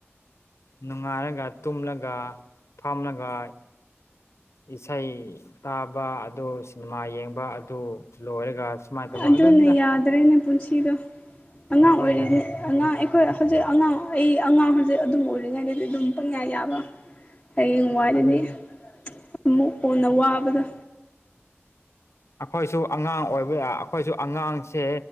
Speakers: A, on the left (about 75°); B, on the left (about 15°).
A: ꯅꯨꯡꯉꯥꯏꯔꯒ ꯇꯨꯝꯂꯒ ꯐꯝꯂꯒ ꯏꯁꯩ ꯇꯥꯕ ꯑꯗꯨ ꯁꯤꯅꯦꯃꯥ ꯌꯦꯡꯕ ꯑꯗꯨ ꯂꯣꯏꯔꯒ ꯁꯨꯃꯥꯏꯅ ꯇꯧꯕ
B: ꯑꯗꯨꯅꯦ
A: ꯑꯗꯨꯅꯤꯗ
B: ꯌꯥꯗ꯭ꯔꯦꯅꯦ ꯄꯨꯟꯁꯤꯗꯣ ꯑꯉꯥꯡ
A: ꯍꯣꯏ
B: ꯑꯣꯏꯔꯤ
A: ꯍꯣꯏ ꯍꯣꯏ
B: ꯑꯉꯥꯡ ꯍꯣꯏ ꯍꯧꯖꯤꯛ ꯑꯉꯥꯡ ꯑꯩ ꯑꯉꯥꯡ ꯍꯧꯖꯤꯛ ꯑꯗꯨꯝ ꯑꯣꯏꯔꯤꯉꯩꯗꯗꯤ ꯑꯗꯨꯝ ꯄꯪꯌꯥ ꯌꯥꯕ ꯍꯌꯦꯡꯋꯥꯏꯗꯗꯤ
A: ꯑꯗꯨꯅꯤ
B: ꯑꯃꯨꯛ ꯀꯣꯟꯅ ꯋꯥꯕꯗꯣ
A: ꯑꯩꯈꯣꯏꯁꯨ ꯑꯉꯥꯡ ꯑꯣꯏꯕ ꯌꯥ ꯑꯩꯈꯣꯏꯁꯨ ꯑꯉꯥꯡꯁꯦ